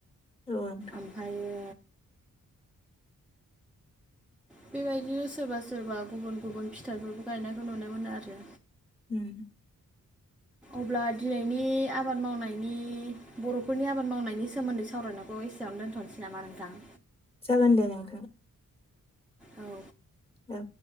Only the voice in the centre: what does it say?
ओमफायो बेबायदिनो सोरबा सोरबा गुबुन गुबुन फिथाइफोरखौ गायनायखौ नुनो मोनो आरो।
अब्ला दिनैनि आबाद मावनायनि बर'फोरनि आबाद मावनायनि सोमोन्दै सावरायनायखौ एसेयावनो दोनथ'नोसै नामा नोंथां?
औ।